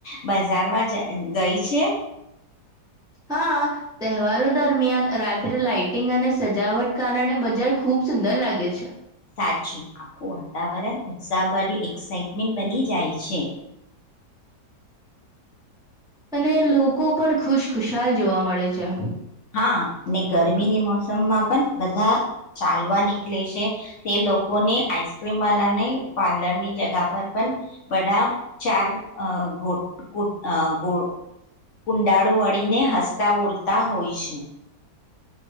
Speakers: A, on the left; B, in the centre.
A: બજારમાં ગઈ છે.
B: હા તહેવારો દરમિયાન રાત્રે લાાઈટિંગ અને સજાવટ કારણે બજાર ખૂબ સુંદર લાગે છે.
A: સાચું આખું વાતાવરણ ઉત્સાહભર્યું એક્સાાઈટમેન્ટ બની જાય છે.
B: અને લોકો પણ ખુશખુશાલ જોવા મળે છે.
A: હા ગરમીની મોસમમાં પણ બધા ચાલવા નીકળે છે તે લોકોને આઈસ્ક્રીમ વાળાને પાર્લરની જગા પર પણ બધા ચારો ગો કુંડાળું વળીને હસતા બોલતા હોય છે.